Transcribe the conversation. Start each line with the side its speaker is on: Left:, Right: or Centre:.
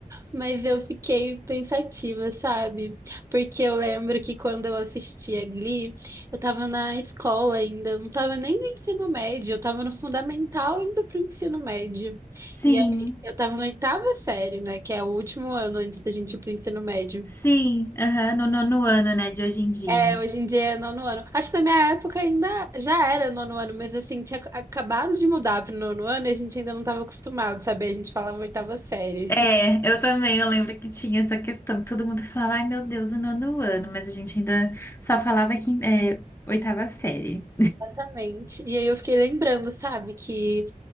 Right: Mas eu fiquei pensativa, sabe? Porque eu lembro que quando eu assistia Glee, eu tava na escola ainda, eu não tava nem no ensino médio, eu tava no fundamental indo pro ensino médio.
Left: sim,
Right: E aí eu tava na oitava série, né? Que é o último ano antes da gente ir pro ensino médio.
Left: sim. Aham, no nono ano, né, de hoje em dia.
Right: É, hoje em dia é nono ano. Acho que na minha época ainda já era nono ano, mas assim, tinha ac- acabado de mudar pro nono ano e a gente ainda não tava acostumado, sabe? A gente falava oitava série.
Left: É, eu também, eu lembro que tinha essa questão, todo mundo falava, ai meu Deus, o nono ano, mas a gente ainda só falava que é, oitava série.
Right: Exatamente. E aí eu fiquei lembrando, sabe, que